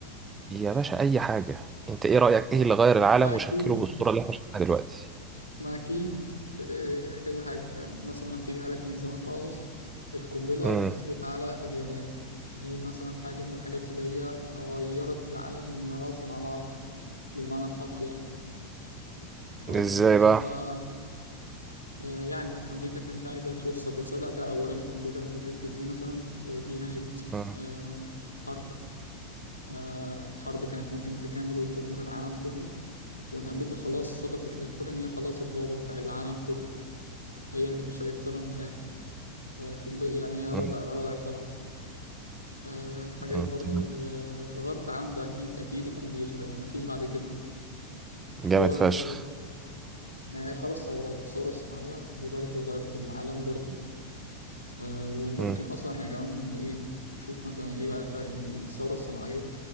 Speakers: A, on the right; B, on the left.
A: يا باشا اي حاجة انت ايه رأيك ايه اللي غير
B: ما
A: العالم وشكله
B: أكيد
A: بالصورة اللي احنا شايفينها دلوقتي
B: ما أكيد إيه، كذا حاجة يعني مثلا هبتدي لك من زمان خالص القنبلة
A: امم
B: اللي نزلت على اليابان دي مثلا حاجة من الحاجات اللي هي غيرت العالم رأسا على عقب بالمعنى الحرفي يعني آه
A: ازاي
B: وشوف
A: بقى
B: بقى آه يعني أمريكا كانت عايزة توصل رسالة ده أولا القنبلة اللي نزلت دي مثلا آه، دي نهت
A: امم
B: آه حرب آه، حرب كانت ممكن تكمل وتدمر العالم كله وإن أمريكا خلاص ثبتت للكل إن هي خلاص البابا بتاع العالم كله هي اللي مسيطرة من الآخر آه، قنب- يعني هي رضع
A: امم
B: رضع خلاص آه، حاجات
A: أمم.
B: برضو
A: تمام.
B: ال- اللي غيرت العالم ده أكيد أكيد الكمبيوتر يعني مفيش بعد كده
A: جامد
B: هو
A: فشخ
B: يعني خلاص ثورات الثورة الصناعية دي برضو غيرت العالم برضو آه، وممكن
A: امم
B: اصلا احنا كمان ايه نشوف مثلا ايه بقى الفرق بين الثوره الصناعيه